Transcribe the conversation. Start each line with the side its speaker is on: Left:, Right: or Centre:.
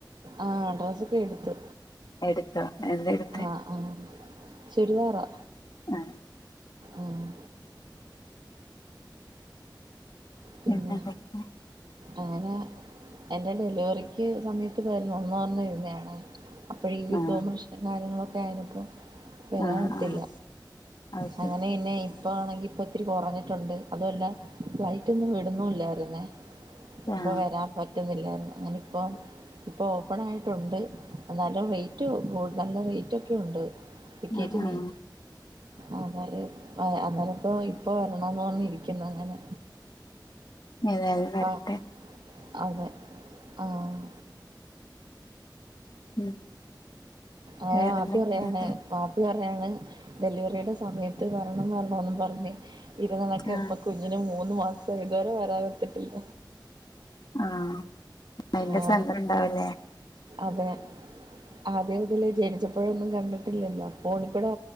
Right: ആഹ് ഡ്രസ്സ് ഒക്കെ എടുത്തു
Left: എടുത്തോ എന്താ എട്
Right: ആഹ് ആഹ് ചുരിദാറാ
Left: ആ
Right: ആഹ് പിന്നെ
Left: പിന്നെന്തൊക്കെയാ
Right: അങ്ങനെ എന്റെ ഡെലിവറിക്ക് സമയത്ത് വരണംന്ന് പറഞ്ഞ് ഇര്ന്നേണ് അപ്പ ഈ യുദ്ധവും
Left: ആ
Right: പ്രശ്നവും കാര്യങ്ങളൊക്കെ ആയ്നപ്പം വരാൻ
Left: ആ
Right: ഒത്തില്ല
Left: ആ അത് ശരി
Right: അങ്ങനെ പിന്നേയ് ഇപ്പൊ ആണെങ്കിൽ ഇപ്പ ഇത്തിരി കൊറഞ്ഞിട്ടുണ്ട് അതുമല്ല ഫ്ലൈറ്റ്ഒന്നും വിടുന്നുവില്ല പറയന്നേ അപ്പൊ
Left: ആ
Right: വരാൻ പറ്റുന്നില്ല അങ്ങനെ ഇപ്പം ഇപ്പോ ഓപ്പണായിട്ടുണ്ട് എന്നാലും റേറ്റ് കൂടുതൽ നല്ല റേറ്റൊക്കെ ഉണ്ട് ടിക്കറ്റിനെ
Left: ആഹ് ആഹ്
Right: അവര് വര് അന്നേരം ഇപ്പോ ഇപ്പൊ വരണംന്ന് പറഞ്ഞ് ഇരിക്കുന്നു അങ്ങൻനെ
Left: ഏതായാലും വരട്ടെ
Right: ആഹ് അതെ ആഹ്
Left: ഉം
Right: അങ്ങനെ
Left: വേറെന്തൊക്കെയാത്
Right: വാപ്പി പറയാണ് വാ പ്പി പറയാണ് ഡെലിവറിയുടെ സമയത്ത് വരണം വരണവെന്നും പറഞ്ഞ് ഇരുന്നതൊക്കെ
Left: ആഹ്
Right: ഇപ്പക്ക്‌ കുഞ്ഞിന് മൂന്ന് മാസം ആയി ഇതുവരെ വരാനൊത്തിട്ടില്ല
Left: ആഹ് അയിന്റെ
Right: ആഹ്
Left: സങ്കടം ണ്ടാവും ല്ലേ
Right: അതെ ആദ്യം മുതലേ ജനിച്ചപ്പോഴൊന്നും കണ്ടിട്ടില്ലല്ലോ ഫോണിൽ കൂടെ